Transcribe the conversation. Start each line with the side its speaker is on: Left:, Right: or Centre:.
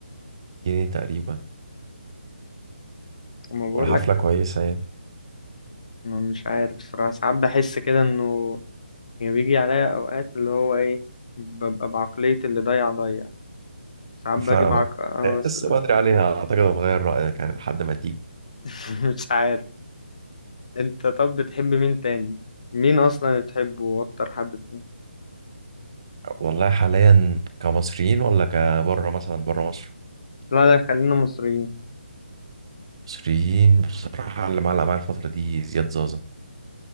Right: جنيه تقريبا
Left: أما بقولك
Right: والحفله كويسه يعني
Left: أنا مش عارف الصراحة ساعات بحس كده إنه يعني بيجي عليا أوقات اللي هو إيه ببقى بعقلية اللي ضيع ضيع ساعات باجي
Right: فاهمك
Left: بعق... أنا بس-
Right: لسه بدري عليها اعتقد هتغير رايك يعني لحد ما تيجي
Left: <laughs> مش عارف أنت طب بتحب مين تاني؟ مين أصلا اللي بتحبه أكتر حد فيهم؟
Right: والله حاليا كمصريين ولا كبره مثلا بره مصر
Left: لا لا خلينا مصريين
Right: مصريين بصراحه اللي معلق معايا الفتره دي زياد زازا